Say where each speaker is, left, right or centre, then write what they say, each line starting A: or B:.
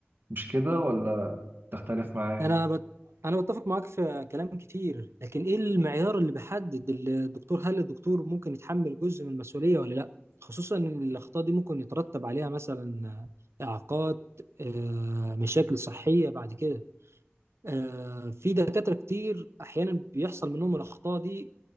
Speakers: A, on the right (about 55°); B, on the right (about 80°).
A: مش كده ولا تختلف معايا؟
B: انا بت... انا بتفق معاك في كلام كتير لكن ايه المعيار اللي بيحدد الدكتور هل الدكتور ممكن يتحمل جزء من المسؤولية ولا لا خصوصا ان الاخطاء دي ممكن يترتب عليها مثلا آه، اعاقات آه، مشاكل صحية بعد كده آه، في دكاترة كتير احيانا بيحصل منهم الاخطاء دي